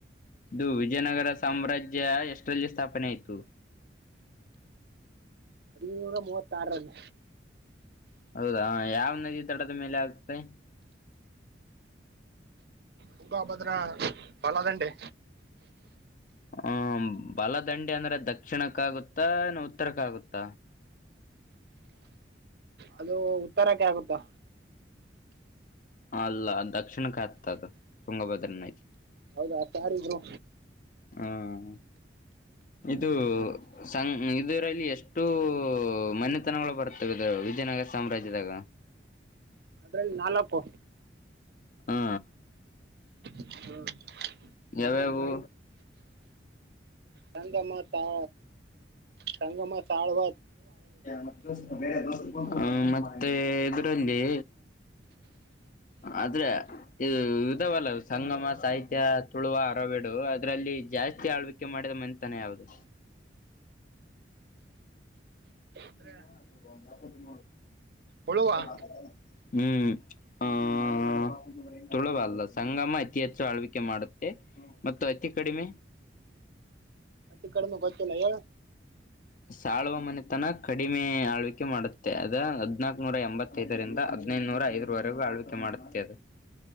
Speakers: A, on the left; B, on the right.
A: ಇದು ವಿಜಯನಗರ ಸಾಮ್ರಾಜ್ಯ ಎಷ್ಟರಲ್ಲಿ ಸ್ಥಾಪನೆ ಆಯತು
B: ಹದಿನೂರ ಮೂವತ್ತಾರಲ್ಲಿ
A: ಹೌದಾ ಯಾವ ನದಿ ತಡದ ಮೇಲೆ ಆಗ್ತೆೆ
B: ಹುಗ ಭದ್ರ ಬಲದಂಡೆ
A: ಹ್ಮ ಬಲದಂಡಿ ಅಂದ್ರೆ ದಕ್ಷಿಣಕ್ಕಾಗುತ್ತಾ ಏನ ಉತ್ತರಕ್ಕಾಗುತ್ತ
B: ಅದು ಉತ್ತರಕ್ಕೆ ಆಗುತ್ತಾ
A: ಅಲ್ಲ ದಕ್ಷಿಣಕ್ಕೆತದು ತುಂಗಭದ್ರನೈತಿ
B: ಹೌದಾ ಸಾರಿದ್ರು
A: ಹ್ಮ್ ಇದು ಸಂ ಇದರಲ್ಲಿ ಎಷ್ಟು ಮನೆತನಗಳು ಬರ್ತವೆ ಇದು ವಿಜಯನಗರ ಸಾಮ್ರಾಜ್ಯದಾಗ
B: ಆದದ್ರ ನಾಲ್ಕು
A: ಹಾ
B: ಹ್ಮ್
A: ಯಾವ್ಯಾಾವು
B: ಸಂಗಮ ತಳ ಸಂಗಮ ತಾಳವ
A: ಮತ್ತ ಬೇ ದ ಮತ್ತ ಇದುರಂದೇ ಆದ್ರೆ ಇದು ಲ್ಲ ಸಂಗಮ ಸಾಹಿತ್ಯ ತುಳುವ ಅರಬೇಡು ಅದ್ರಲ್ಲಿ ಜಾಸ್ತಿ ಆಳ್ವಿಕೆ ಮಾಡಿದ ಮನೆತನ ಯಾದು
B: ಅಂದ್ರೆ
A: ಗ ಅದುಂದು
B: ಹುಳುವ
A: ಲಲ್ಲ ಹ್ಮ್ ಆಹ ತುಳುವಲ್ಲ ಸಂಗಮ ಅತಿ ಹೆಚ್ಚು ಆಳ್ವಿಕೆ ಮಾಡುತ್ತೆ ಮತ್ತು ಅತಿ ಕಡಿಮೆ
B: ಮತ್ತಿ ಕಡೆಮ ಗೊತ್ತಿಲ್ಲ ಯ
A: ಸಾಳ್ವ ಮನೆ ತನ ಕಡಿಮೆ ಆಳ್ವಿಕೆ ಮಾಡುತ್ತೆ ಅದ ಹದ್ನಾಕನೂರ ಎಂಬತ್ತೈದರಿಂದ ಹದ್ಿನೈದುನೂರ ಐದರವರೆಗೂ ಆಳ್ವಿಕೆ ಮಾಡುತ್ತೆ ಅದು